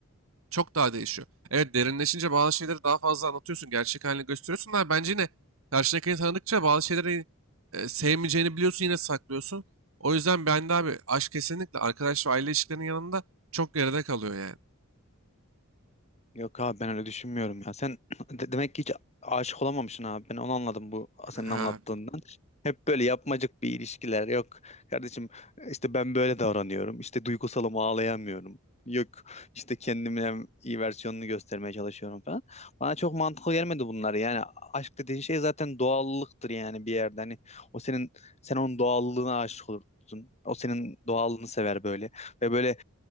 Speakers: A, on the right (about 65°); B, on the left (about 30°).
A: çok daha değişiyor. Evet derinleşince bazı şeyleri daha fazla anlatıyorsun. Gerçek halini gösteriyorsun da bence yine karşındakini tanıdıkça bazı şeyleri e, sevmeyeceğini biliyorsun yine saklıyorsun. O yüzden ben de abi aşk kesinlikle arkadaş ve aile ilişkilerinin yanında çok geride kalıyor yani.
B: Yok abi ben öyle düşünmüyorum ya. Sen <clears throat> de- demek ki hiç aşık olamamışsın abi. Ben onu anladım bu senin
A: Yani, Ha,
B: anlattığından. Hep böyle yapmacık bir ilişkiler. Yok kardeşim işte ben böyle davranıyorum. İşte duygusalım ağlayamıyorum. Yok işte kendimin en iyi versiyonunu göstermeye çalışıyorum falan. Bana çok mantıklı gelmedi bunlar. Yani aşk dediğin şey zaten doğallıktır yani bir yerde. Hani o senin sen onun doğallığına aşık olursun. O senin doğallığını sever böyle. Ve böyle